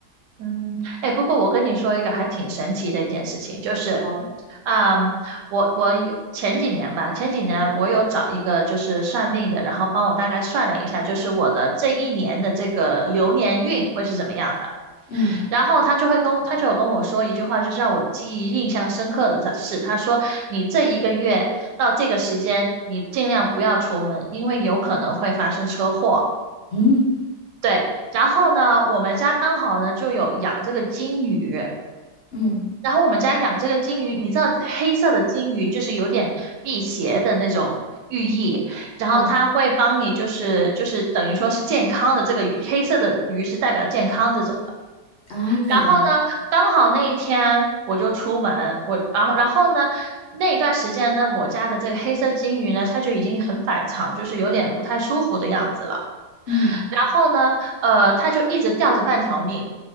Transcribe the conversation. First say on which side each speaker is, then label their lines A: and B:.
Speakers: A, on the right (about 80°); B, on the left (about 60°).
A: 嗯，哎，不过我跟你说一个还挺神奇的一件事情，就是，
B: 好，
A: 嗯，我我有前几年吧，前几年我有找一个就是算命的，然后帮我大概算了一下，就是我的这一年的这个流年运会是怎么样的。
B: 嗯
A: 然后他就会跟他就有跟我说一句话，就是让我记忆印象深刻的是，他说你这一个月到这个时间，你尽量不要出门，因为有可能会发生车祸。
B: 嗯
A: 对，然后呢，我们家刚好呢就有养这个金鱼，
B: 嗯
A: 然后我们家养这个金鱼，你知道黑色的金鱼就是有点辟邪的那种寓意，然后它会帮你就是就是等于说是健康的这个鱼，
B: 啊
A: 黑色的鱼是代表健康这种的。
B: 啊，OK，
A: 然后呢，刚好那一天我就出门，我然后然后呢，那一段时间呢，我家的这个黑色金鱼呢，它就已经很反常，就是有点不太舒服的样子了。
B: 嗯
A: 然后呢，呃，它就一直吊着半条命，